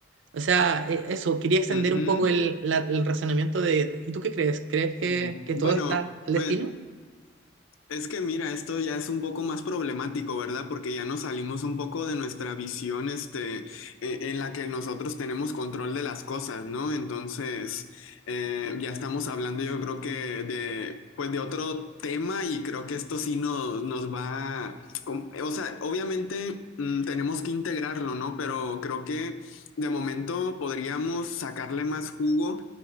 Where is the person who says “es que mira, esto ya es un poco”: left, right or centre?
Left